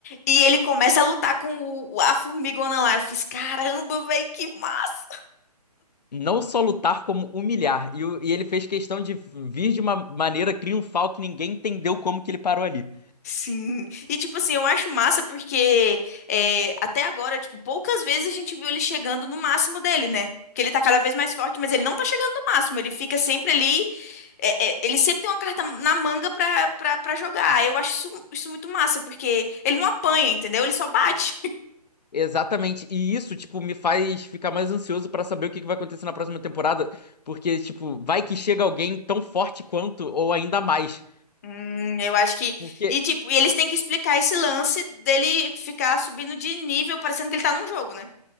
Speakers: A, on the left; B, on the left.
A: e ele começa a lutar com o- a formigona lá. Eu fiz, caramba, velho, que massa!
B: Não só lutar, como humilhar. E, o- e ele fez questão de vir de uma maneira triunfal que ninguém entendeu como que ele parou ali.
A: Sim. E, tipo assim, eu acho massa porque é, até agora, tipo, poucas vezes a gente viu ele chegando no máximo dele, né? Porque ele tá cada vez mais forte, mas ele não tá chegando no máximo. Ele fica sempre ali é- é, ele sempre tem uma carta na manga pra, pra, pra jogar. Eu acho isso, isso muito massa, porque ele não apanha, entendeu? Ele só bate. <laughs>
B: Exatamente. E isso, tipo, me faz ficar mais ansioso pra saber o que que vai acontecer na próxima temporada. Porque, tipo, vai que chega alguém tão forte quanto, ou ainda mais.
A: Hum, eu acho que.
B: Porque
A: E, tipo, e eles têm que explicar esse lance dele ficar subindo de nível, parecendo que ele tá num jogo, né?